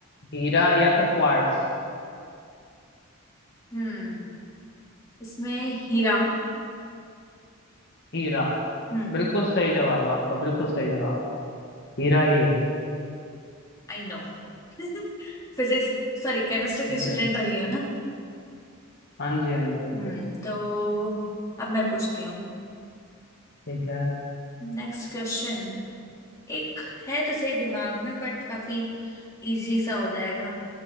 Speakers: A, on the left; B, on the left.
A: हीरा या फिर क्वार्ट्स
B: हम्म इसमें हीरा
A: हीरा
B: हम्म
A: बिल्कुल सही जवाब आपका बिल्कुल सही जवाब हीरा ही है
B: I no <laughs> Physics sorry chemistry की
A: ओके
B: स्टूडेंट <laughs> रही हो ना
A: हाँ जी हाँ जी ओके
B: हम्म तो अब मैं पूछती हूँ
A: ठीक है
B: नेक्स्ट क्वेश्चन एक है तो सही दिमाग में बट काफी इजी सा हो जाएगा